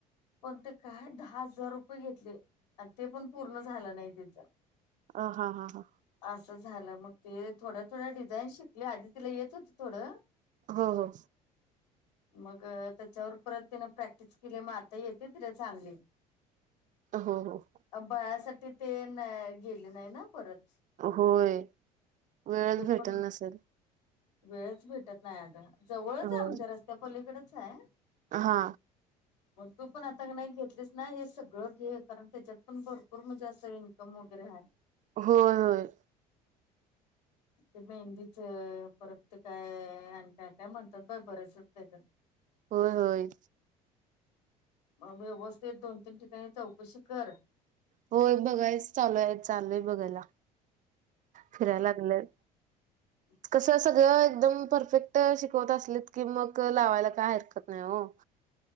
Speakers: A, on the left; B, on the right.
A: पण ते काय दहा हजार रुपये घेतले आणि ते पण पूर्ण झालं नाय तीच
B: अ हा-हा-हा
A: असं झालं मग ते थोड्या थोड्या डिझाईन शिकली. आधी तिला येत होतं थोडं
B: हो हो
A: मग त्याच्यावर परत तिन प्रॅक्टिस केली. मग आता येते तिला चांगले
B: हो हो
A: अ बाळासाठी ते न गेले नाही ना परत
B: होय वेळच
A: तू
B: भेटल
A: पण
B: नसेल.
A: वेळच भेटत नाही आता जवळच
B: होय
A: हाय आमच्या रस्त्यापलीकडच आहे.
B: हा
A: मग तू पण आता नाही घेतलीस ना हे सगळं घे कारण त्याच्यात पण भरपूर म्हणजे अस इन्कम वगैरे आहे.
B: होय होय
A: ते मेहंदीच परत ते काय आणि काय काय म्हणतात बाय बरसच त्याच्यात
B: होय होय
A: मग व्यवस्थित दोन तीन ठिकाणी चौकशी कर
B: होय बघायस चालूय चालूय बघायला फिरायला लागलंय
A: <inaudible>
B: कसं सगळं एकदम परफेक्ट शिकवत असलेत की मग लावायला काय हरकत नाही हो